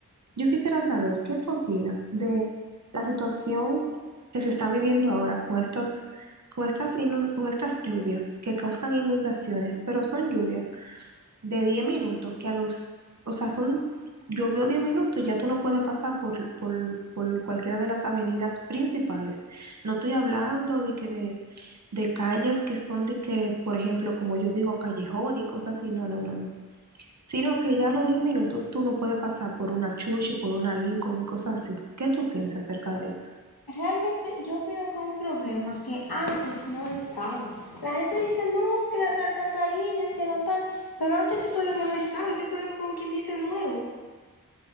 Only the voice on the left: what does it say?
Realmente yo opino que es un problema que antes no estaba. La gente dice, no, que las alcantarillas, que no están. Pero antes ese problema no estaba, ese problema como quien dice nuevo.